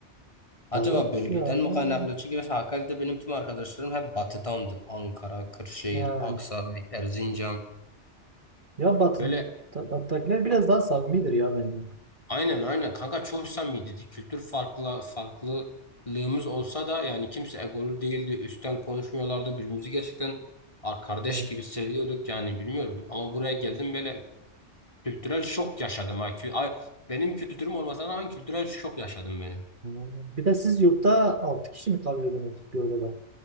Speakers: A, on the left; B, on the right.
A: Acaba
B: Vallahi
A: bölgeden
B: bir ara...
A: mi kaynaklı? Çünkü mesela Hakkari'de benim tüm arkadaşlarım hep batıdandı. Ankara, Kırşehir,
B: Ha.
A: Aksaray, Erzincan.
B: Ya Batı,
A: Böyle
B: Ta- Batı'dakiler biraz daha samimidir ya bence.
A: Aynen aynen kanka çok samimiydi. Kültür farklı farklılığımız olsa da yani kimse egolu değildi. Üstten konuşmuyorlardı. Birbirimizi gerçekten ar- kardeş
B: Hmm.
A: gibi seviyorduk yani bilmiyorum. Ama buraya geldim böyle kültürel şok yaşadım. ha. Kü- ay- Benim kültürüm olmasına rağmen kültürel şok yaşadım beni.
B: Hmm. Bir de siz yurtta 6 kişi mi kalıyordunuz bir odada?